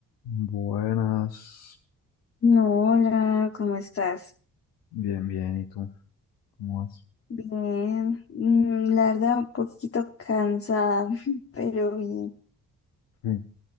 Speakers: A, on the left; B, on the left.
A: Buenas,
B: No, hola, ¿cómo estás?
A: bien, bien, ¿y tú? ¿Cómo vas?
B: Bien, mm, la verdad un poquito cansada, <laughs> pero bien.
A: Mm.